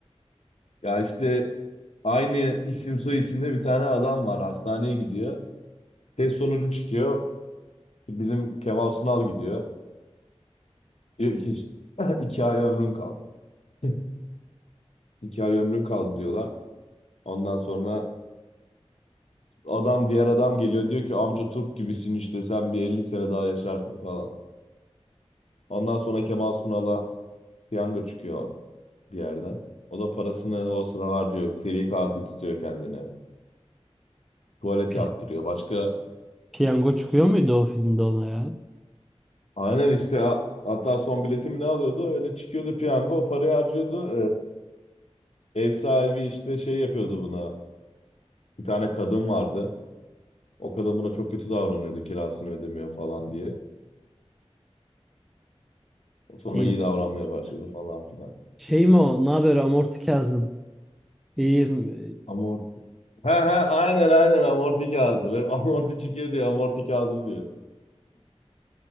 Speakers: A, on the left (about 70°); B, in the centre.
A: Ya işte aynı isim soy isimde bir tane adam var hastaneye gidiyor. Test sonucu çıkıyor. Bizim Kemal Sunal gidiyor. Diyor ki işte, <laughs> iki ay ömrün kaldı. <laughs> İki ay ömrün kaldı diyorlar. Ondan sonra adam diğer adam geliyor diyor ki amca turp gibisin işte sen bir 50 sene daha yaşarsın falan. Ondan sonra Kemal Sunal'a Piyango çıkıyor bir yerden. O da parasını o sıra harcıyor. Seri katil tutuyor kendine. Tuvalet
B: Pi-
A: yaptırıyor. Başka
B: piyango çıkıyor muydu o filmde ona ya?
A: aynen işte ha- hatta son biletimi ne alıyordu? Öyle çıkıyordu piyango. O parayı harcıyordu. Ee, ev sahibi işte şey yapıyordu buna. Bir tane kadın vardı. O kadın buna çok kötü davranıyordu. Kirasını ödemiyor falan diye. Sonra
B: İyi.
A: iyi davranmaya başladı falan filan.
B: Şey mi o? Ne haber Amorti Kazım? İyiyim.
A: Amorti. He he aynen aynen amorti kağıdı. Ve <laughs> Amorti çıkıyor diyor. Amorti kağıdı diyor.